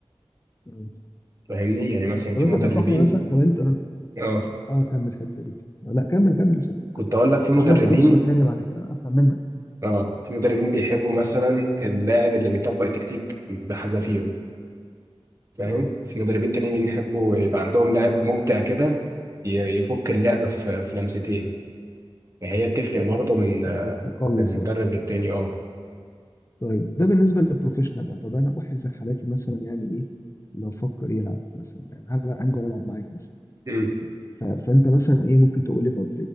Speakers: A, on the left; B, on the right.
A: أمم.
B: فاهمني يعني مثلا في
A: طب انت
B: مدربين
A: تنصحني مثلا طب انت
B: اه
A: اه كمل الحته دي لا كمل كمل يا سيدي،
B: كنت
A: كمل
B: اقول لك في مدربين
A: عشان هسألك سؤال تاني بعد كده افهم منك
B: اه في مدربين بيحبوا مثلا اللاعب اللي بيطبق التكتيك بحذافيره فاهم
A: اه
B: في مدربين تانيين بيحبوا يبقى عندهم لاعب مبدع كده ي- يفك اللعب في في لمستين فهي بتفرق برضه من
A: بالظبط خلص
B: من مدرب
A: بقى
B: للتاني اه
A: طيب ده بالنسبة للبروفيشنال بقى طب أنا واحد زي حالاتي مثلا يعني إيه لو فكر يلعب مثلا يعني هل هنزل ألعب معاك مثلا
B: مم.
A: ف... فأنت مثلا إيه ممكن تقول لي طب